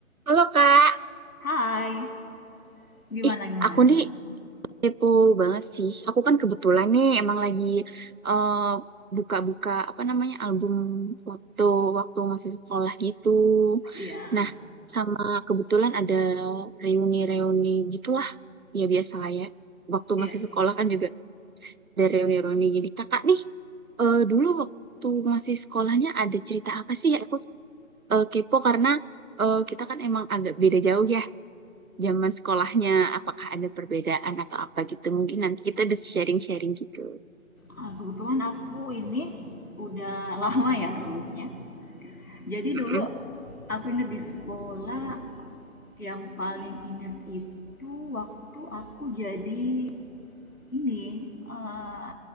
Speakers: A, on the right; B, on the left.
A: Halo Kak,
B: Hai, gimana
A: ih
B: gimana?
A: aku nih kepo banget sih. Aku kan kebetulan nih emang lagi eh, buka-buka apa namanya album foto waktu masih sekolah gitu.
B: Iya,
A: Nah, sama kebetulan ada reuni-reuni gitulah ya biasa lah ya. Waktu
B: iya.
A: masih sekolah kan juga ada reuni-reuni gini. Kakak nih eh, dulu waktu masih sekolahnya ada cerita apa sih? Ya Aku eh, kepo karena eh, kita kan emang agak beda jauh ya. zaman sekolahnya apakah ada perbedaan atau apa gitu mungkin nanti kita bisa sharing-sharing gitu
B: Ah, Kebetulan aku ini udah <laughs> lama ya lulusnya. Jadi
A: Mm-mm.
B: dulu aku inget di sekolah yang paling inget itu waktu aku jadi ini eh,